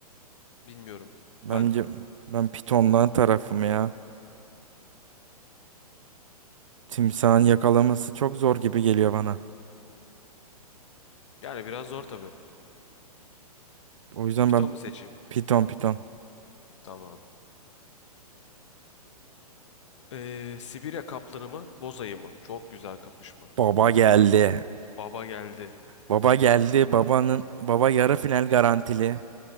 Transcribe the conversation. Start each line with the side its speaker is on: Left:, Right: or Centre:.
Left: bilmiyorum.
Right: bence
Left: Ben
Right: ben pitondan tarafım ya. Timsahın yakalaması çok zor gibi geliyor bana.
Left: yani biraz zor tabii.
Right: O yüzden
Left: Piton
Right: ben
Left: mu seçeyim?
Right: piton piton.
Left: Tamam. Ee, Sibirya kaplanı mı? Boz ayı mı? Çok güzel kapışma.
Right: Baba geldi.
Left: Baba geldi.
Right: Baba geldi. Babanın baba yarı final garantili.